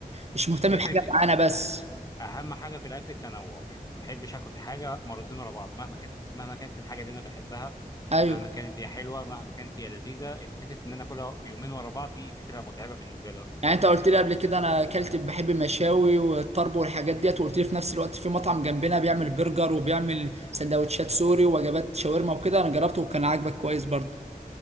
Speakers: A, on the right (about 45°); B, on the left (about 25°).
A: مش مهتم
B: فكره
A: بحاجه معانا بس
B: اهم حاجه في الاكل التنوع يعني ما بحبش اكل حاجه مرتين ورا بعض مهما كانت مهما كانت الحاجه دي انا بحبها
A: ايوه
B: مهما كانت هي حلوه مهما كانت هي لذيذه ان فكره ان انا اكلها يومين ورا بعض دي فكره متعبه بالنسبه لي اصلا
A: يعني انت قلت لي قبل كده انا اكلت بحب المشاوي والطرب والحاجات ديت وقلت لي في نفس الوقت في مطعم جنبنا بيعمل برجر وبيعمل سندوتشات سوري ووجبات شاورما وكده انا جربته وكان عاجبك كويس برضه